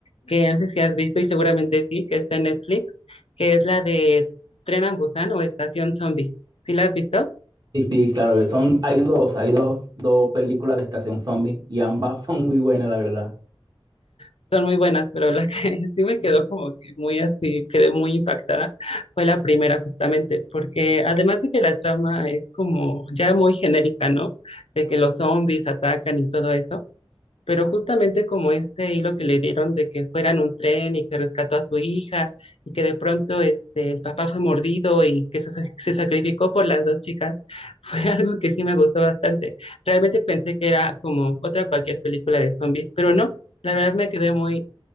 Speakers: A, on the left (about 80°); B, on the right (about 45°).
A: que no sé si has visto y seguramente sí, que está en Netflix, que es la de Tren a Busan o Estación Zombie. ¿Sí la has visto?
B: Sí, sí, claro, son, hay dos, hay dos, dos películas de Estación Zombie y ambas <laughs> son muy buenas, la verdad.
A: son muy buenas, pero la que <laughs> sí me quedó como que muy así, quedé muy impactada, fue la primera justamente, porque además de que la trama es como ya muy genérica, ¿no? De que los zombies atacan y todo eso, pero justamente como este hilo que le dieron de que fueran un tren y que rescató a su hija y que de pronto este, el papá fue mordido y que se, sa- se sacrificó por las dos chicas, <laughs> fue algo que sí me gustó bastante. Realmente pensé que era como otra cualquier película de zombies, pero no. La verdad me quedé muy